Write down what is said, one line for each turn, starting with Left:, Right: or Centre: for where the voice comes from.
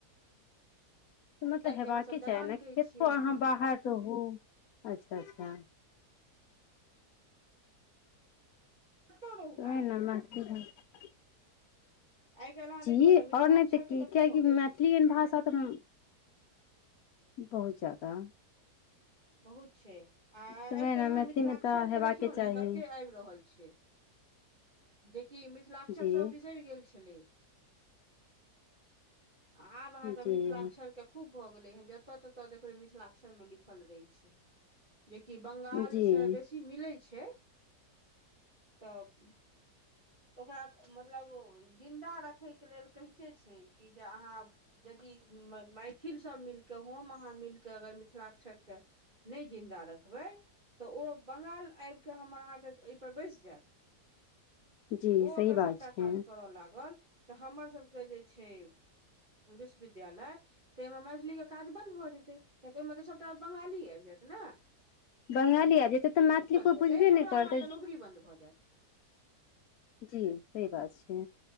Left: मतलब
Right: कियाकि
Left: हेबाक
Right: अहाँ सब
Left: कऽ
Right: दलान
Left: चाही ने कतबो
Right: कहै छियै
Left: अहाँ बाहर रहू अच्छा अच्छा
Right: कतौ रहू
Left: उहिय
Right: ने
Left: नऽ मैथली भाषा
Right: आइ काल्हि अहाँ
Left: जी
Right: देखियौ ने
Left: आओर
Right: मिथिलाक्षर
Left: नहि तऽ की
Right: के कते
Left: कियकि
Right: भलै
Left: मैथिली
Right: हेँ
Left: एहन भाषा तऽ बहुत जादा
Right: बहुत छै आ आइ
Left: तऽ वएह ने
Right: काल्हि अहाँ
Left: मैथिलीमे
Right: मिथिलाक्षर
Left: तऽ हेबाके
Right: केँ देखियौ
Left: चाही
Right: ने कते आबि रहल छै जेकि मिथिलाक्षर
Left: जी
Right: सभ बिसरि गेल छलै आब अहाँके
Left: जी
Right: मिथिलाक्षर के खूब भऽ गेलै हन जत ततऽ देखबै मिथिलाक्षर मे लिखल रहै छै जेकि बंगाल
Left: जी
Right: सँ बेसी मिलै छै तऽ ओकरा मतलब जिन्दा रखय के लेल कहिते छै कि जे अहाँ यदि मैथिल सभ मिलि कऽ हम अहाँ मिलि कऽ अगर मिथिलाक्षर केँ नय जिन्दा रखबै तऽ ओ बंगाल आब कऽ हमर अहाँके एहिपर बैसि जायत
Left: जी
Right: ओ
Left: सही
Right: अगर
Left: बात
Right: सभटा
Left: छै
Right: काज करय लागल तऽ हमर सभ के जे छै विश्वविद्यालय तऽहिमे मैथलीक के काज बन्द भऽ जेतै किय तऽ ओहिमे तऽ सभटा बंगाली आबि जायत ना
Left: बंगाली आबि जेतै तऽ मैथिली
Right: बंद
Left: कोइ
Right: हेते
Left: बुझबे
Right: हमरा
Left: नहि करतै
Right: आहा कऽ नौकरी बंद भ जायत
Left: जी सही बात छै